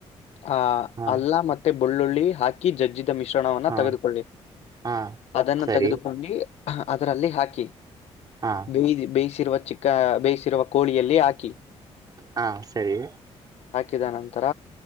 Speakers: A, on the left; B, on the right.
A: ಆ
B: ಹಾ
A: ಅಲ್ಲ ಮತ್ತೆ ಬೆುಳ್ಳುಳ್ಳಿ ಹಾಕಿ ಹಾಕಿ ಜಜ್ಜಿದ ಮಿಶ್ರಣವನ್ನ
B: ಹಾ
A: ತೆಗೆದುಕೊಳ್ಳಿ
B: ಹಾ
A: ಅದನ್ನು
B: ಸರಿ
A: ತೆಗೆದುಕೊಂಡು ಹ ಅದರಲ್ಲಿ ಹಾಕಿ
B: ಹಾ
A: ಬೇ ಬೇ ರುವ ಚಿಕ್ಕ ಬೇಯಿಸಿಿರುವ ಕೋಳಿಯಲ್ಲಿ ಹಾಕಿ
B: ಹಾ ಸರಿ
A: ಿದ ನಂತರ